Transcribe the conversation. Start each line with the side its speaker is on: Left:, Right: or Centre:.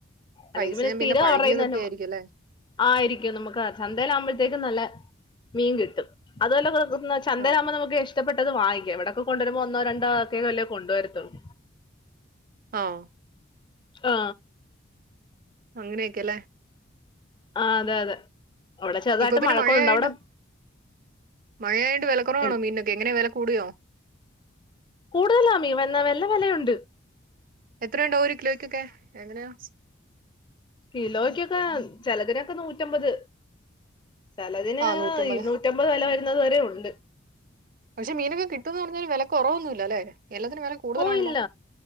Left: അല്ലെങ്കിൽ
Right: പൈസയും
Left: പിന്നെ സ്ഥിരം
Right: പഴകിയതൊക്കെ
Left: അവരെകയ്യിനന്നെ
Right: ആയിരിക്കും അല്ലേ
Left: ആയിരി നമുക്ക് ചന്തയിലാ ആകുമ്പഴത്തേക്കും നല്ല മീൻ കിട്ടും അതുല ചന്തേലക്കുബോൾ
Right: ആഹ്
Left: നമുക്ക് ഇഷ്ടപ്പെട്ട ഇത് വാങ്ങിക്ക ഇവിടൊക്കെ കൊണ്ടുവരുമ്പോ ഒന്നോ രണ്ടോ വല്ലേ കൊണ്ടുവരത്തുള്ളൂ
Right: അ
Left: ആ
Right: അങ്ങനെയൊക്കെ ല്ലേ
Left: ആ അതെ അതെ അവിടെ ചെറുതായിട്ട്
Right: ഇപ്പൊ പിന്നെ
Left: മഴക്കുണ്ട്
Right: മഴയായോണ്ട്
Left: അവിടെ
Right: മഴയായോണ്ട് വിലക്കുറവാണോ
Left: എൻ
Right: മീനിനൊക്കെ എങ്ങനെ വില കൂടിയോ
Left: കൂടുതലാ മീൻ വെണ്ണ വലയുണ്ട് ട്ട്
Right: എത്രുണ്ടോ ഒരോ കിലോയ്ക്കൊക്കെ എങ്ങനെയാ
Left: കിലോക്കൊക്കെ ചിലതിനൊക്കെ നൂറ്റമ്പത് ചെലതിന്
Right: ആഹ് നൂറ്റമ്പത്
Left: ഇരുന്നൂറ്റിമ്പത് വെലവരും ഇന്നത്‌ വരെ ഒണ്ട്
Right: പക്ഷെ മീനൊക്കെ കിട്ടുന്ന് പറഞ്ഞാലും വെല കൊറവൊന്നു ഇല്ലാല്ലെ എല്ലത്തിനും വെല കൂടുതലാണല്ലോ
Left: ഓ ഇല്ല